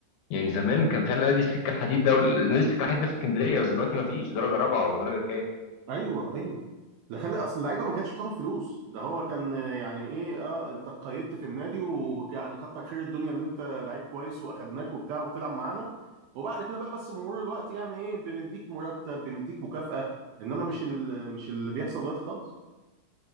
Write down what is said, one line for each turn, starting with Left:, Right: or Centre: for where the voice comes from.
Left: يعني زمان كان فعلا نادي السكه الحديد ده وال- نادي السكه الحديد ده في اسكندريه بس دلوقتي ما فيش درجه رابعه ولا درجه كام
Right: ايوه ايوه لا خلي اصل اللعيبه ما كانتش بتاخد فلوس ده هو كان آه، يعني ايه اه انت قيدت في النادي ويعني كتر خير الدنيا ان انت لعيب كويس واخدناك وبتاع وبتلعب معانا وبعد كده بقى بس بمرور الوقت يعني ايه بنديك مرتب بنديك مكافأة انما مش ال- مش اللي بيحصل دلوقتي خالص